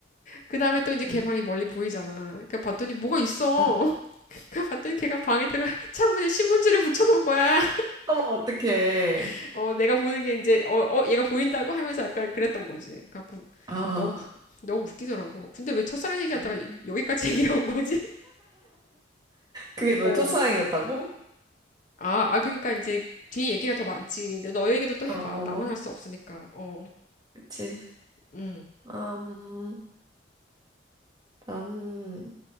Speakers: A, on the left; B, on the right.
A: 그 다음에 또 이제 걔
B: 응.
A: 방이 멀리 보이잖아. 그러니까 봤더니 뭐가 있어.
B: 어,
A: <laughs> 그 봤더니 걔가 방에다가 <laughs> 창문에 신문지를 붙여놓은 거야.
B: 어머, 어떡해.
A: <laughs> 어 내가 보는 게 이제 어, 어 얘가 보인다고 하면서 약간 그랬던 거지. 갖고
B: 아
A: 너무 너무 웃기더라고. 근데 왜 첫사랑 얘기하다가
B: 음,
A: 여기까지 <laughs> 얘기해 온 거지?
B: 그게
A: <laughs>
B: 너의
A: 어.
B: 첫사랑이었다고?
A: 아, 아, 그러니까 이제 뒤에 얘기가 더 많지. 근데 너 얘기도 또 해봐.
B: 어,
A: 나만 할 수 없으니까. 어,
B: 그치.
A: 음.
B: 아, 음, 나는